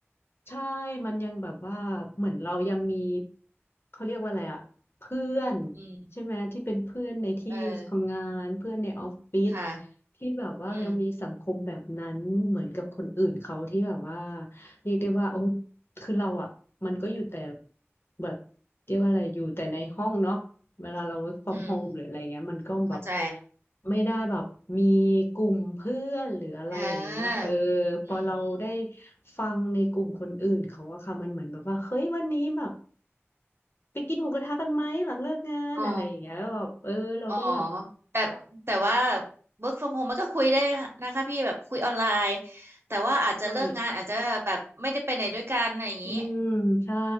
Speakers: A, on the left (about 55°); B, on the right (about 60°).
A: ใช่ มันยังแบบว่าเหมือนเรายังมีเขาเรียกว่าอะไรอะเพื่อน
B: อืม
A: ใช่ไหมที่เป็นเพื่อนในที่ทำงานเพื่อนในออฟฟิศ
B: เออค่ะ
A: ที่แบบว่ายังมีสังคมแบบนั้นเหมือนกับคนอื่นเขาที่แบบว่า
B: อืม
A: เรียกได้ว่าโอ้คือเราอะมันก็อยู่แต่แบบเรียกว่าอะไรอยู่แต่ในห้องเนาะเวลาเรา work from
B: อืม
A: home หรืออะไรเงี้ยมันก็แบบ
B: เข้าใจ
A: ไม่ได้แบบมีกลุ่มเพื่อนหรืออะไรอย่างเงี้ยเออ
B: เออ
A: พอเราได้
B: อืมอม
A: ฟังในกลุ่มคนอื่นเขาอะค่ะมันเหมือนแบบว่า เฮ้ยวันนี้แบบไปกินหมูกระทะกันไหมหลังเลิกงานอะไรอย่างเงี้ยแล้วแบบเออเราก็อยาก
B: อ๋อ อ๋อแต่แต่ว่า work from home มันก็คุยได้นะคะพี่แบบคุยออนไลน์แต่ว่าอาจจะเลิกงานอาจจะแบบไม่ได้ไปไหนด้วยกันอะไรอย่างนี้
A: ใช่ อืมใช่